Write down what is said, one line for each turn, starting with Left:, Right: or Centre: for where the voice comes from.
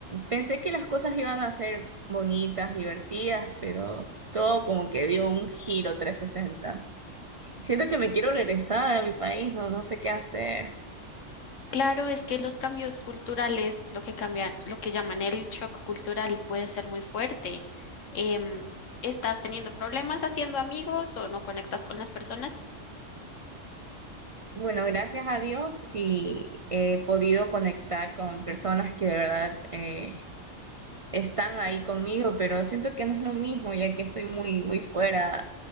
Right: pensé que las cosas iban a ser bonitas, divertidas, pero todo como que dio un giro 360. Siento que me quiero regresar a mi país, no, no sé qué hacer.
Left: Claro, es que los cambios culturales, lo que cambian, lo que llaman el shock cultural, puede ser muy fuerte. Em, ¿estás teniendo problemas haciendo amigos o no conectas con las personas?
Right: Bueno, gracias a Dios sí he podido conectar con personas que de verdad eh, están ahí conmigo, pero siento que no es lo mismo ya que estoy muy, muy fuera